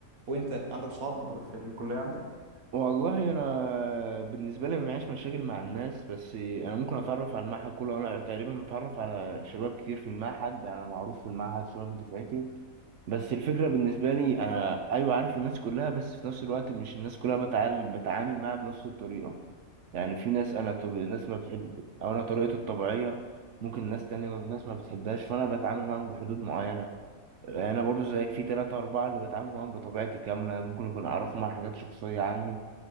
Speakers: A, on the right; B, on the right.
A: وأنت عندك صحاب في الكلية عندك؟
B: والله انا بالنسبه لي ما معيش مشاكل مع الناس بس انا ممكن اتعرف على المعهد كله انا تقريبا متعرف على شباب كتير في المعهد انا معروف في المعهد شباب في دفعتي بس الفكرة بالنسبة لي أنا أيوة عارف الناس كلها بس في نفس الوقت مش الناس كلها بتعامل بتعامل معاها بنفس الطريقة يعني في ناس أنا طب... ناس ما بتحب أو أنا طريقتي الطبيعية ممكن ناس تانية ما- ناس ما بتحبهاش فأنا بتعامل معاهم بحدود معينة يعني أنا برضو زيك في تلاتة أربعة اللي بتعامل معاهم بطبيعتي كاملة ممكن يكون أعرفهم عن حاجات شخصية عني